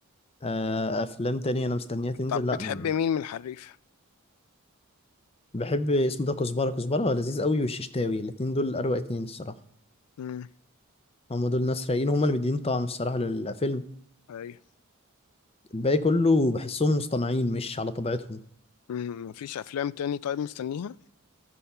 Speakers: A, on the left (about 25°); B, on the left (about 90°).
A: آه، افلام تانية انا مستنيها تنزل
B: طب
A: لا
B: بتحب
A: م-
B: مين من الحريف
A: بحب اسمه ده كزبره كزبره لذيذ قوي والششتاوي الاتنين دول اروع اتنين الصراحه
B: مم.
A: هم دول ناس رايقين هم اللي مدين طعم الصراحه للفيلم
B: ايوه
A: الباقي كله بحسهم مصطنعين مش على طبيعتهم
B: مم. مفيش افلام تاني طيب مستنيها